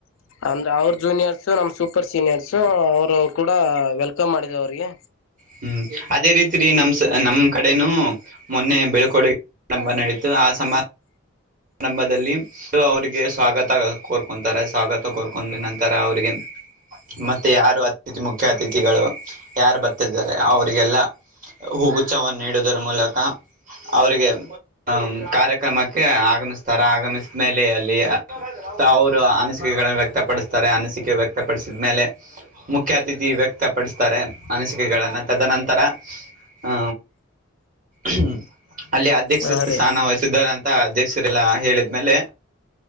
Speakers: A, on the left; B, on the right.
A: ಅಮ ಅವ್ರ ಜೂನಿಯರ್ಸು ನಮ ಸೂಪರ್ ಸೀನಿಯರ್ಸು ಅವರು ಕೂಡ ವಲ್ಕಮ್ ಮಾಡಿದ ಅವ್ರಿಗೆ
B: ಹ್ಮ್ ಅದೇ ರೀತಿ ರ ನಮ ನಮ್ಮ್ ಕಡೆನೂ ಮೊನ್ನೆ ಬೆಳ್ಕೋಡುಗೆ ಆಾರಂಭ ನಡೀತು ಆ ಸಮಾರಂಭ ಆರಂಭದಲ್ಲಿ ಅವರಿಗೆ ಸ್ವಾಗತ ಕೋರ್ಕೊಂತಾರೆ ಸ್ವಾಗತ ಕೋರ್ಕೊಂಡ ನಂತರ ಅವರಿಗೆ ಮತ್ತೆ ಯಾರು ಅತಿಥಿ ಮುಖ್ಯ ಅತಿಥಿಗಳು ಯಾರು ಬರ್ತಿದ್ದಾರೆ ಅವ್ರಿಗೆಲ್ಲ ಹೂಗುಛವನ್ನು ಇಡುವುದರ ಮೂಲಕ ಅವರಿಗೆ ಕಾರ್ಯಕ್ರಮಕ್ಕೆ ಆಗಮಿಸ್ತಾರ ಆಗಮಿಸ ಮೇಲೆ ಅಲ್ಲಿ ಅವರು ಅನಿಸಿಕೆಗಳನ್ನು ವ್ಯಕ್ತಪಡಿಸ್ತಾರೆ ಅನಿಸಿಕೆ ವ್ಯಕ್ತಪಡಿಸಿದ ಮೇಲೆ ಮುಖ್ಯ ಅತಿಥಿ ವ್ಯಕ್ ವತಪಡಿಸ್ತಾರೆ ಅನಿಸಿಕೆಗಳಗಳನ್ನು ತದನಂತರ ಆ ಹ್ಮ ಅಲ್ಲಿ ಅಧ್ಯಕ್ಷ
A: ಹಾ
B: ಸ್ಥಾನ
A: ರೀ
B: ವಹಿಸಿದ್ದಾರೆ ಅಂತ ಅಧ್ಯಕ್ಷ ಲ್ಲ ಹೇಳಿದ್ಮೇಲೆ